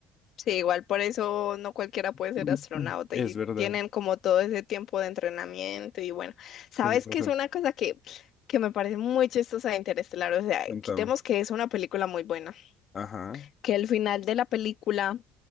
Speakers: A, on the left; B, on the left.
A: Sí, igual por eso no cualquiera puede ser
B: <laughs>
A: astronauta
B: Es
A: y
B: verdad,
A: tienen como todo ese tiempo de entrenamiento y bueno, sabes
B: tenés razón.
A: que es una cosa que, que me parece muy chistosa de Interestelar, o sea,
B: Cuéntame.
A: quitemos que es una película muy buena.
B: Ajá.
A: que el final de la película